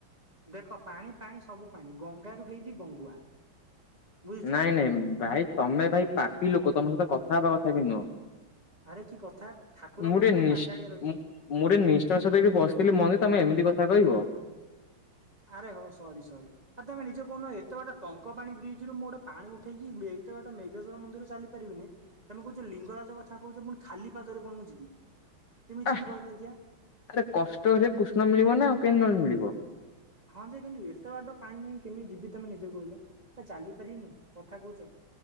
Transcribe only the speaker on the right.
ଦେଖ ପାଣି ପାଣି ସବୁ ପାଣି ଗଙ୍ଗାରୁ ହେଇଛି ଗଙ୍ଗୁଆ। ବୁଝୁଛ।
ଆରେ କି କଥା ଠାକୁରଙ୍କ
ଉପରେ
ପାଣି ଢାଳିଆରେ ଅଛି।
ଆରେ ହୋ ସରି ସରି ଆଉ ତମେ ନିଜ କହୁନ ଏତେ ବାଟ ଟଙ୍କପାଣି ବ୍ରିଜ ରୁ ମୁଁ ଗୋଟେ ପାଣି ଉଠେଇକି ଏତେବାଟ ମେଘେଶ୍ୱର ମନ୍ଦିର ଚାଲିପାରିବିନି? ତମେ କହୁଛ ଲିଙ୍ଗରାଜ କଥା କହୁଛ ପୁଣି ଖାଲି ପାଦରେ ପୁଣି ମୁଁ ଯିବି। କେମୀଟି
ଯିବି କହିଲୁ ଦେଖିଆ।
ହଁ ଯେ କିନ୍ତୁ ଏତେ ବାଟ ପାଣି ନେଇଁ କେମିତି ଯିବି ତମେ ନିଜେ କହିଲ। ଏ ଚାଲି ପାରିବି ମୁୁ କଥା କହୁଛ।